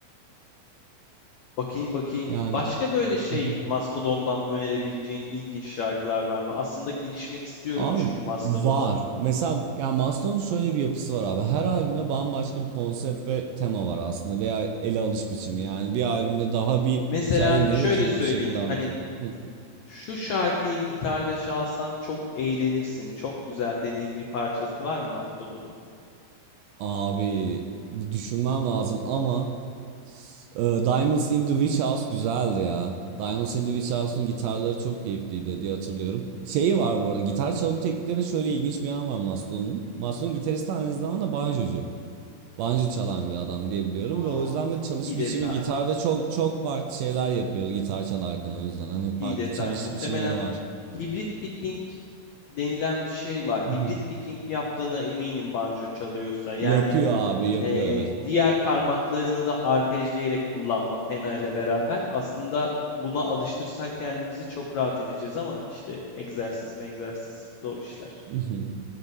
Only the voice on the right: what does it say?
Yani
<laughs>
abi
var. Mesela yani Maslow'un şöyle bir yapısı var abi. Her albümde bambaşka bir konsept ve tema var aslında veya ele alış biçimi. Yani bir albümde daha bir
hikayeyi narrative
bir şekilde anlatıyor.
Hı.
Abi bir düşünmem lazım ama e, Diamonds in the Witch House güzeldi ya. Diamonds in the Witch House'un gitarları çok keyifliydi diye hatırlıyorum. Şeyi
var bu arada gitar çalım tekniklerinde şöyle ilginç bir yan var Maslow'un. Maslow'un gitaristi aynı zamanda banjocu. Banjo çalan bir adam diye biliyorum
ve o yüzden de
çalış
biçimi
gitarda çok çok farklı şeyler yapıyor gitar çalarken o yüzden hani
farklı
çalış
biçimleri var.
<laughs>
Yapıyor abi yapıyor
evet.
<laughs>